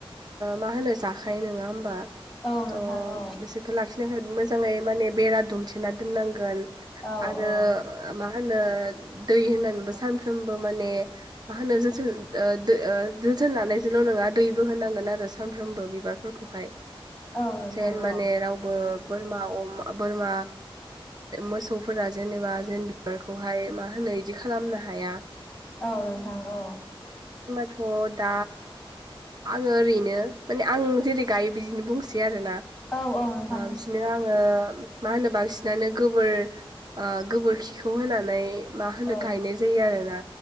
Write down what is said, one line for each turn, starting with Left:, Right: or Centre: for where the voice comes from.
Right: मा होनो जाखायो नङा होमबा
Centre: औ नोंथां
Right: थ'
Centre: औ
Right: बिसोरखौ लाखिनो थाखाय मोजाङै माने बेरा दुमथेना दोननांगोन
Centre: औ
Right: आरो
Centre: औ
Right: मा होनो दै होननानैबो सानफ्रोमबो माने मा होनो जोथोन ओ दो ओ जोथोन लानायजोंल' नङा दैबो होनांगोन आरो सानफ्रोमबो बिबारफोरखौहाय।
Centre: औ नोंथां
Right: जेन
Centre: औ
Right: माने रावबो बोरमा अम बोरमा मोसौफोरा जेनेबा जेन बिबारखौहाय मा होनो इदि खालामनो हाया।
Centre: औ नोंथां औ।
Right: थ' दा आङो ओरैनो माने आं जेरै गायो बिदिनो बुंसै आरोना।
Centre: औ औ नोंथां
Right: बिदिनो आङो मा होनो बांसिनानो गोबोर गोबोरखिखौ होनानै‌ मा होनो
Centre: औ
Right: गायनाय जायो आरोना